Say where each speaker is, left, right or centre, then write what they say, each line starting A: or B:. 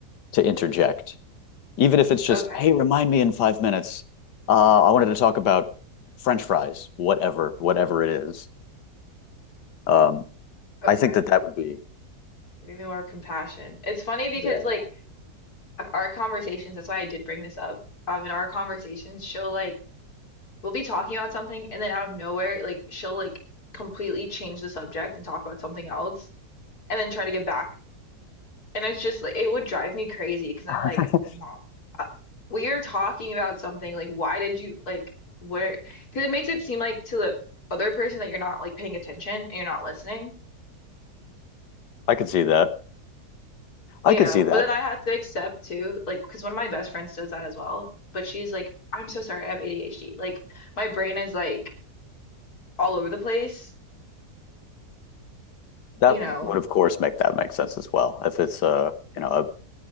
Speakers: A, on the left; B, on the left.
A: to interject, even if it's just,
B: Okay.
A: hey, remind me in five minutes. Uh, I wanted to talk about French fries, whatever, whatever it is. Um,
B: Okay.
A: I think that that would be,
B: maybe more compassion. It's funny because
A: yeah,
B: like our conversations, that's why I did bring this up. Um, in our conversations, she'll like we'll be talking about something and then out of nowhere, like she'll like completely change the subject and talk about something else and then try to get back. And it's just like it would drive me crazy because I'm
A: <laughs>
B: like, Mom, uh, we are talking about something. Like, why did you like where? Because it makes it seem like to the other person that you're not like paying attention and you're not listening.
A: I could see that. I
B: you
A: could
B: know,
A: see that.
B: but then I have to accept too, like, because one of my best friends does that as well. But she's like, I'm so sorry, I have ADHD. Like, my brain is like all over the place,
A: That
B: you know.
A: would, of course, make that make sense as well. If it's, uh, you know, a